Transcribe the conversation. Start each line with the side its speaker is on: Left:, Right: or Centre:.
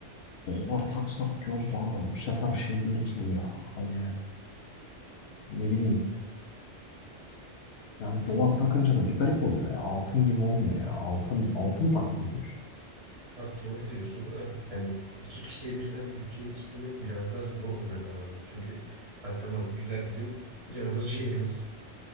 Left: dolar taksak diyoruz da abi bu sefer şey değil ki bu ya. Hani ne bileyim. Yani dolar takınca da bir garip oluyor ya. Altın gibi olmuyor ya. Altın altın takmıyorsun.
Right: Abi doğru diyorsun da hani iki kişiye birden bütçe yetiştirmek biraz daha zor olacak abi. Çünkü bak tamam güzel bizim canımız ciğerimiz